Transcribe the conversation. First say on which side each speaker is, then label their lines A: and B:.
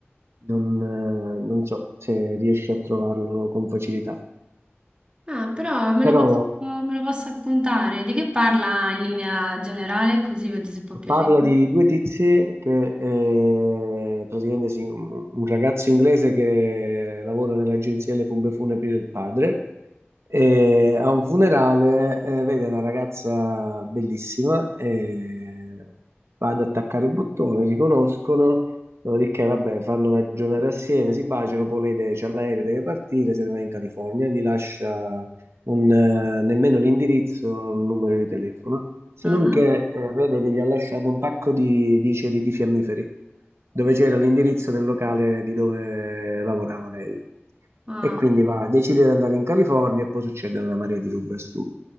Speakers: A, on the right (about 80°); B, on the right (about 25°).
A: non, eh, non so se riesci a trovarlo con facilità.
B: Ah, però me
A: Però
B: lo posso, me lo posso appuntare. Di che parla in linea generale? Così vedo se può piacere.
A: Parla di due tizi che eh, praticamente sì, un un ragazzo inglese che lavora nell'agenzia delle pompe funebri del padre e a un funerale eh, vede una ragazza bellissima e va ad attaccare il bottone, si conoscono, dopodiché vabbè, fanno una giornata assieme, si baciano, poi lei deve- c'ha l'aereo, deve partire, se ne va in California, gli lascia un, eh, nemmeno l'indirizzo, un numero di telefono, se
B: Ah,
A: non che eh, vedo che gli ha lasciato un pacco di, di ceri di fiammiferi, dove c'era l'indirizzo del locale di dove lavorava lei.
B: ah.
A: E quindi va, decide di andare in California e poi succedono una marea di robe assurde.